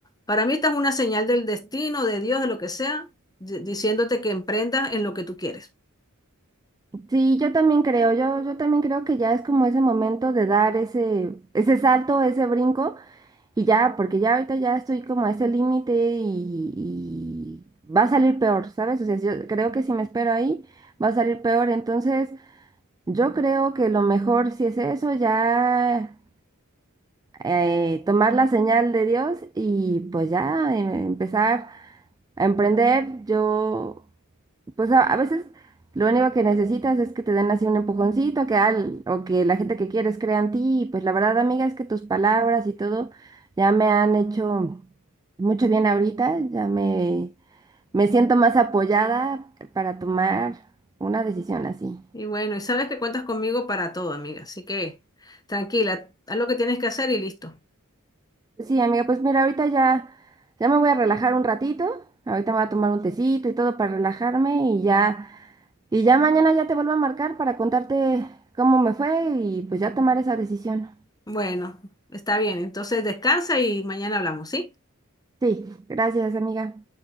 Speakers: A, on the left (about 15°); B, on the right (about 15°).
A: Para mí esta es una señal del destino, de Dios, de lo que sea, di- diciéndote que emprendas en lo que tú quieres.
B: Sí, yo también creo, yo, yo también creo que ya es como ese momento de dar ese, ese salto, ese brinco, y ya, porque ya ahorita ya estoy como a ese límite y, y va a salir peor, ¿sabes? O sea, yo creo que si me espero ahí, va a salir peor, entonces... Yo creo que lo mejor, si es eso, ya eh, tomar la señal de Dios y pues ya em- empezar a emprender. Yo, pues a, a veces lo único que necesitas es que te den así un empujoncito, que al, o que la gente que quieres crea en ti. Y pues la verdad, amiga, es que tus palabras y todo ya me han hecho mucho bien ahorita. Ya me, me siento más apoyada para tomar una decisión así.
A: Y bueno, y sabes que cuentas conmigo para todo, amiga. Así que tranquila, haz lo que tienes que hacer y listo.
B: Sí, amiga, pues mira, ahorita ya, ya me voy a relajar un ratito. Ahorita me voy a tomar un tecito y todo para relajarme y ya, y ya mañana ya te vuelvo a marcar para contarte cómo me fue y pues ya tomar esa decisión.
A: Bueno, está bien. Entonces descansa y mañana hablamos, ¿sí?
B: Sí, gracias, amiga.